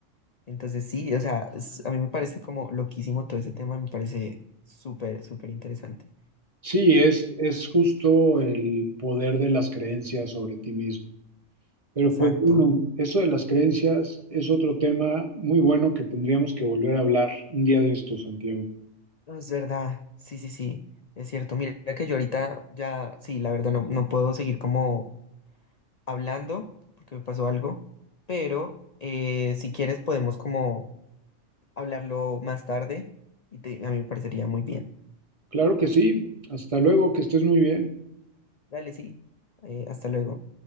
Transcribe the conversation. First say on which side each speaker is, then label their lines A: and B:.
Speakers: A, on the left; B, on the right.
A: Entonces sí, o sea, es- a mí me parece como loquísimo todo ese tema, me parece súper, súper interesante.
B: Sí, es, es justo el poder de las creencias sobre ti mismo. Pero
A: Exacto,
B: pues bueno, eso de las creencias es otro tema muy bueno que tendríamos que volver a hablar un día de esto, Santiago.
A: No, es verdad, sí, sí, sí, es cierto. Mira que yo ahorita ya, sí, la verdad no, no puedo seguir como hablando, porque me pasó algo, pero eh, si quieres podemos como hablarlo más tarde y te- a mí me parecería muy bien.
B: Claro que sí. Hasta luego, que estés muy bien.
A: Dale, sí. Eh, hasta luego.